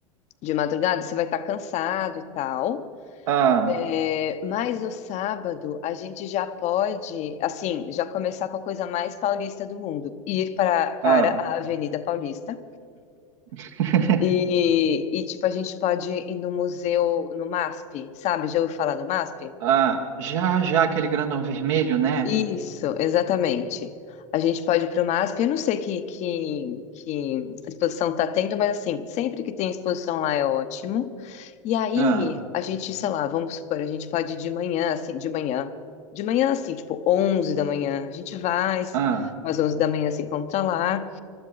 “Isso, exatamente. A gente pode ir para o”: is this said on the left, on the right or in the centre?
Left